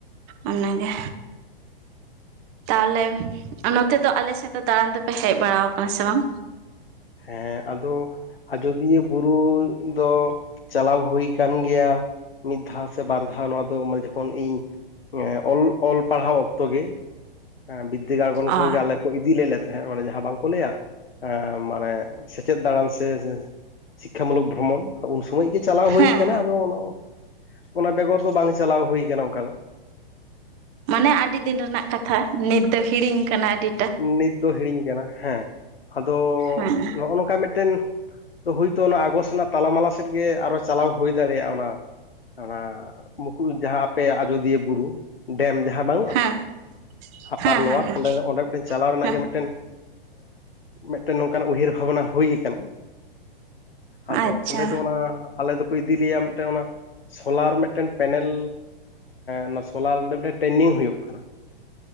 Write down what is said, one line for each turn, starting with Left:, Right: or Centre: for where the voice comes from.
Right: ᱚᱱᱟᱜᱮ ᱛᱟᱦᱚᱞᱮ ᱱᱚᱛᱮ ᱫᱚ ᱟᱞᱮᱮᱥᱮᱫ ᱫᱚ ᱫᱟᱬᱟᱱ ᱫᱚᱯᱮ ᱦᱮᱡ ᱵᱟᱲᱟ ᱟᱠᱟᱱᱟ ᱥᱮ ᱵᱟᱝ
Left: ᱦᱮᱸ ᱟᱫᱚ ᱟᱡᱫᱤᱭᱟᱹ ᱵᱩᱨᱩ ᱫᱚ ᱪᱟᱞᱟᱣ ᱦᱩᱭ ᱠᱟᱱ ᱜᱮᱭᱟ ᱢᱤᱫ ᱫᱷᱟᱣ ᱥᱮ ᱵᱟᱨ ᱫᱷᱟᱣ ᱱᱚᱣᱟ ᱫᱚ ᱢᱟᱱᱮ ᱡᱚᱠᱷᱚᱱ ᱤᱧ‌ ᱚᱞ ᱚᱞ ᱯᱟᱲᱦᱟᱣ ᱚᱠᱛᱚ ᱜᱮ ᱵᱤᱫᱽᱫᱟᱹᱜᱟᱲ ᱜᱚᱱ ᱠᱷᱚᱱᱜᱮ
Right: ᱚ
Left: ᱟᱞᱮ ᱠᱚ ᱤᱫᱤ ᱞᱮᱫ ᱞᱮ ᱛᱟᱦᱮᱸᱫ ᱢᱟᱱᱮ ᱡᱟᱦᱟᱸ ᱵᱟᱝᱠᱚ ᱞᱟᱹᱭᱟ ᱮ ᱢᱟᱱᱮ ᱥᱮᱪᱮᱫ ᱫᱟᱬᱟᱱ ᱥᱮ ᱥᱤᱠᱷᱟ ᱢᱩᱞᱚᱠ ᱵᱷᱨᱚᱢᱚᱱ ᱩᱱ ᱥᱚᱢᱚᱭ ᱜᱮ ᱪᱟᱞᱟᱣ
Right: ᱦᱮᱸ
Left: ᱦᱩᱭ ᱟᱠᱟᱱᱟ ᱟᱫᱚ ᱚᱱᱟ ᱚᱱᱟ ᱵᱮᱜᱚᱨ ᱫᱚ ᱵᱟᱝ ᱪᱟᱞᱟᱣ ᱦᱩᱭ ᱟᱠᱟᱱᱟ ᱚᱱᱠᱟ ᱫᱚ
Right: ᱢᱟᱱᱮ ᱟᱹᱰᱤ ᱫᱤᱱ ᱨᱮᱱᱟᱜ ᱠᱟᱛᱷᱟ ᱱᱤᱛ ᱫᱚ ᱦᱤᱲᱤᱧ ᱠᱟᱱᱟ ᱟᱹᱰᱤ
Left: ᱱᱤᱛ ᱫᱚ ᱦᱤᱲᱤᱧ ᱠᱟᱱᱟ ᱦᱮᱸ ᱟᱫᱚ
Right: ᱦᱮᱸ
Left: ᱱᱚᱜᱼᱚ ᱱᱚᱝᱠᱟ ᱢᱤᱫ ᱴᱮᱱ ᱛᱚ ᱦᱳᱭᱛᱳ ᱚᱱᱟ ᱟᱜᱚᱥᱴ ᱨᱮᱱᱟᱜ ᱛᱟᱞᱟᱢᱟᱞᱟ ᱥᱮᱫ ᱜᱮ ᱟᱨᱚ ᱪᱟᱞᱟᱣ ᱦᱩᱭ ᱫᱟᱲᱮᱭᱟᱜᱼᱟ ᱚᱱᱟ ᱚᱱᱟ ᱢᱩᱠᱩ ᱡᱟᱦᱟᱸ ᱟᱯᱮ ᱟᱡᱚᱫᱤᱭᱟᱹ ᱵᱩᱨᱩ ᱰᱮᱢ ᱡᱟᱦᱟᱸ ᱵᱟᱹᱱᱩᱜᱼᱟ
Right: ᱦᱮᱸ
Left: ᱟᱯᱟᱨ
Right: ᱦᱮᱸ
Left: ᱞᱳᱣᱟᱨ
Right: ᱦᱮᱸ
Left: ᱚᱸᱰᱮ ᱫᱚ ᱚᱸᱰᱮ ᱢᱤᱫᱴ ᱪᱟᱞᱟᱣ ᱨᱮᱱᱟᱜ
Right: ᱦᱮᱸ
Left: ᱜᱮ ᱢᱤᱫᱴᱮᱱ ᱢᱤᱫ ᱴᱮᱱ ᱱᱚᱝᱠᱟᱱ ᱩᱭᱦᱟᱹᱨ ᱵᱷᱟᱵᱱᱟ ᱦᱩᱭ ᱟᱠᱟᱱᱟ ᱟᱫᱚ
Right: ᱟᱪᱪᱷᱟ
Left: ᱚᱸᱰᱮ ᱫᱚ ᱚᱱᱟ ᱟᱞᱮ ᱫᱚᱠᱚ ᱤᱫᱤᱞᱮᱭᱟ ᱢᱤᱫ ᱴᱮᱱ ᱚᱱᱟ ᱥᱳᱞᱟᱨ ᱢᱤᱫ ᱴᱮᱱ ᱯᱮᱱᱮᱞ ᱚᱱᱟ ᱥᱳᱞᱟᱨ ᱢᱤᱫ ᱴᱮᱱ ᱴᱨᱮᱱᱤᱝ ᱦᱩᱭᱩᱜ ᱠᱟᱱᱟ